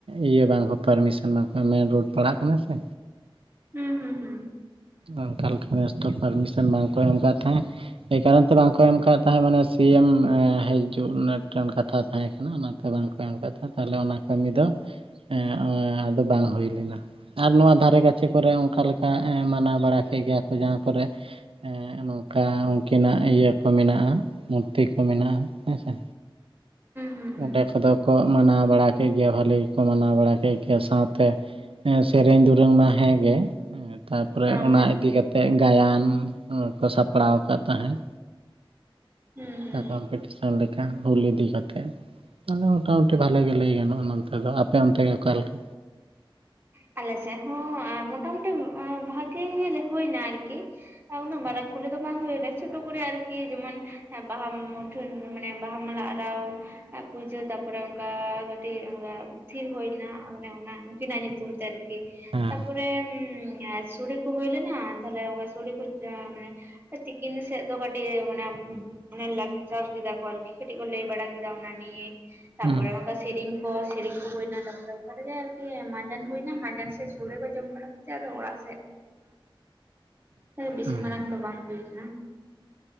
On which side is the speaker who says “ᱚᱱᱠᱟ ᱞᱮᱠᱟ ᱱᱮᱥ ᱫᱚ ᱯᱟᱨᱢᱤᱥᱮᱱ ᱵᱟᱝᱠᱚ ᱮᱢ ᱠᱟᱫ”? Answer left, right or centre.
Right